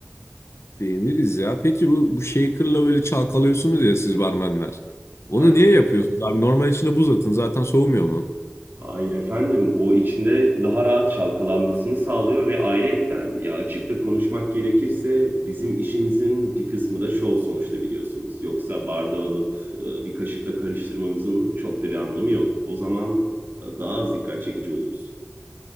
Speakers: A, on the left; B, on the right.
A: Beğeniriz ya. Peki bu, bu shaker'la böyle çalkalıyorsunuz ya siz barmenler. Onu
B: Aynen.
A: niye yapıyorsunuz abi? Normal içine buz atın. Zaten soğumuyor mu?
B: Hayır efendim, o içinde daha rahat çalkalanmasını sağlıyor ve ayrıyetten ya açık da konuşmak gerekirse bizim işimizin bir kısmı da şov sonuçta biliyorsunuz. Yoksa bardağı alıp e, bir kaşıkla karıştırmamızın çok da bir anlamı yok. O zaman e, daha az dikkat çekici oluruz.